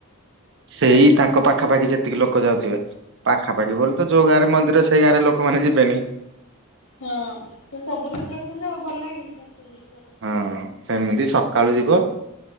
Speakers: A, on the right (about 55°); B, on the left (about 80°).
A: ସେଇ ତାଙ୍କ ପାଖାପାଖି ଯେତିକି ଲୋକ ଯାଉଥିବେ ପାଖାପାଖି ବୋଲି ତ ଯୋଉ ଗାଁ ରେ ମନ୍ଦିର ସେଇ ଗାଁରେ ଲୋକମାନେ ଯିବେନି।
B: ହଁ ସେ ସବୁଦିନ ଦେଖୁଚନ୍ତି ଆଉ ଭଲ ଲାଗିବ କି ଠା <unintelligible>
A: ହଁ ସେମିତି ସକାଳୁ ଯିବ